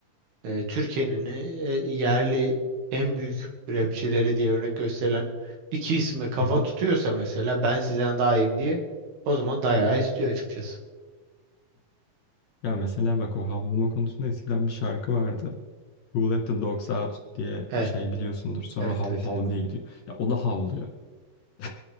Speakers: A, on the right (about 90°); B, on the left (about 55°).
A: e, Türkiye'nin e, e, yerli en büyük rapçileri diye örnek gösterilen iki isme kafa
B: <laughs>
A: tutuyorsa mesela ben sizden daha iyiyim diye o zaman dayağı istiyor açıkçası.
B: Ya mesela bak o havlama konusunda eskiden bir şarkı vardı. Who Let the Dogs Out diye
A: Evet,
B: bir şey biliyorsundur. Sonra
A: evet,
B: hav
A: evet,
B: hav
A: evet.
B: diye gidiyor. Ya o da havlıyor. <laughs>